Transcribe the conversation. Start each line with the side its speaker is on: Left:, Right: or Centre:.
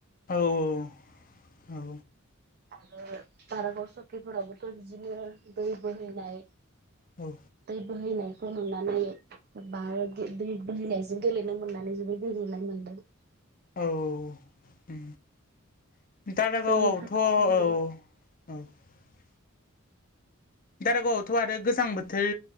Left: औ औ औ
Right: आरो दारागाव सकिफोराबोथ' बिदिनो दै बोहैनाय
Left: औ
Right: दै बोहैनाय फुननानै बार बोहैनायजों गेलेनो मोननानै जोबद गोजोननाय मोन्दों।
Left: औ औ औ दारागावआवथ'
Right: जोंनि खाथि
Left: औ
Right: जोंनि
Left: औ। दारागावआवथ' आरो गोजां बोथोर